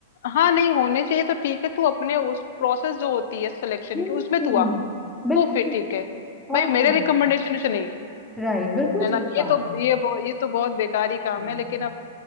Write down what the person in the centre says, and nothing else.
हम्म
बिल्कुल
और क्या
राइट बिल्कुल
ठीक
कहा
हाँ,